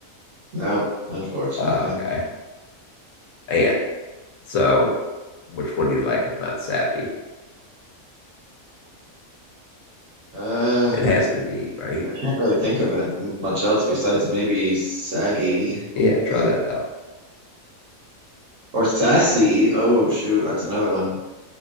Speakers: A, on the right; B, on the left.
A: Nope, unfortunately.
B: Uh, okay. And so which one do you like if not sappy?
A: Uh,
B: It has to be, right?
A: I can't really think of it much else besides maybe saggy,
B: Yeah, try
A: but
B: that out.
A: or sassy. Oh shoot, that's another one.